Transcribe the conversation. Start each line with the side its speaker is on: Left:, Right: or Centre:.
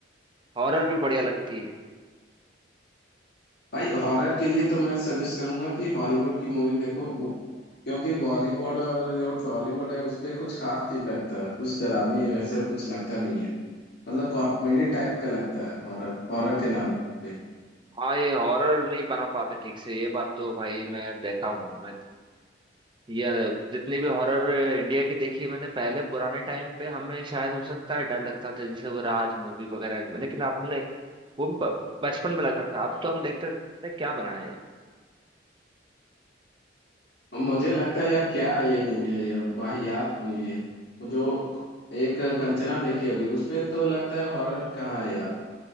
Right: हॉरर भी बढ़िया लगती है
Left: भाई हॉरर के लिए तो मैं सजेस्ट करूंगा कि हॉलीवुड की मूवी देखो बो- क्योंकि बॉलीवुड और जो टॉलीवुड है उस पे कुछ खास नहीं लगता कुछ डरावनी वैसे कुछ लगता नहीं है मतलब कॉमेडी टाइप का लगता है हॉरर हॉरर के नाम पे
Right: हाँ ये हॉरर नहीं बना पाते ठीक से ये बात तो भाई मैं देखा हूँ मैं ये जितनी भी हॉरर इंडिया की देखी है मैंने पहले पुराने टाइम पे हमें शायद हो सकता है डर लगता था जैसे वो राज मूवी वगैरह में लेकिन आपने वो भी ब- बचपन में लग रहा था अब तो हम देखते थे क्या बनाया है
Left: मुझे लगता है यार क्या ये मूवी है यार वाहियात मूवी है वो जो एक कंचना देखी होगी उस पे तो लगता है हॉरर कहाँ है यार